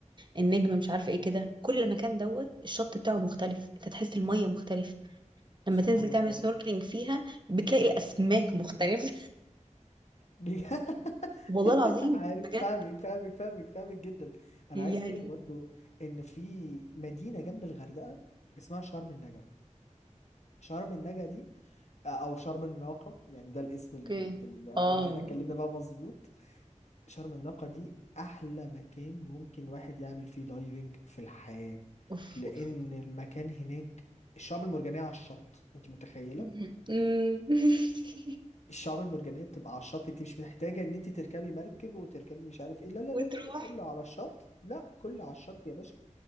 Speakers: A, on the right (about 35°); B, on the left (about 65°).
A: النجم مش عارفة ايه كده كل مكان دوت الشط بتاعه مختلف انت تحس المية مختلفة لما
B: سبحان
A: تنزل تعمل
B: الله
A: سنوركلينج فيها بتلاقي الاسماك مختلفة
B: بي- <laughs>
A: <laughs> والله العظيم
B: عارف
A: بجد
B: فاهمك فاهمك فاهمك فاهمك جدا انا
A: يعني
B: عايز اقول لك برضو ان في مدينه جنب الغردقه اسمها شرم النجا شرم النجا دي او شرم الناقه يعني ده الاسم ال-
A: اوكي
B: ال- آه،
A: اه
B: لو احنا اتكلمنا بقى مظبوط شرم الناقه دي احلى مكان ممكن واحد يعمل فيه دايفنج في الحياه
A: اوف
B: لان
A: اوف
B: المكان هناك الشعب المرجانيه على الشط انت متخيله
A: مم. <laughs>
B: الشعاب المرجانية بتبقى على الشط انت مش محتاجة ان انت تركبي مركب وتركبي مش عارف ايه لا لا
A: وتروح
B: لا لا لا، كله على الشط لا كله على الشط يا باشا